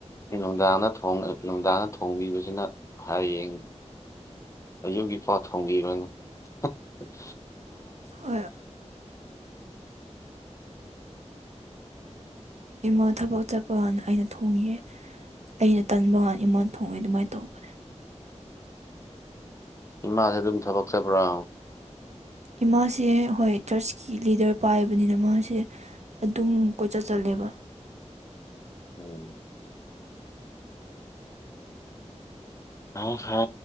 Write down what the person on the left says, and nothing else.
ꯅꯨꯡꯗꯥꯡꯗ ꯅꯨꯡꯗꯥꯡꯗ ꯊꯣꯡꯕꯤꯕꯁꯤꯅ ꯍꯌꯦꯡ ꯑꯌꯨꯛꯀꯤ ꯄꯥ ꯊꯣꯡꯈꯤꯕꯅꯤ <inaudible>
<inaudible>
ꯏꯃꯥꯁꯦ ꯑꯗꯨꯝ ꯊꯕꯛ ꯆꯠꯕ꯭ꯔꯣ
ꯎꯝ ꯑ ꯐ